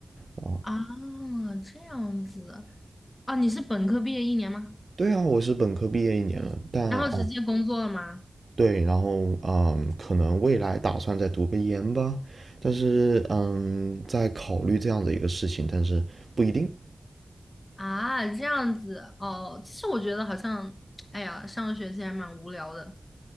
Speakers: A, on the right (about 50°); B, on the left (about 30°).
A: 啊。
B: 啊，这样子啊，你是本科毕业一年吗？
A: 对啊，我是本科毕业一年了，但啊，
B: 然后直接工作了吗？
A: 对，然后嗯，可能未来打算再读个研吧，但是嗯，在考虑这样的一个事情，但是不一定
B: 啊，这样子哦。其实我觉得好像，哎呀，上学其实还蛮无聊的。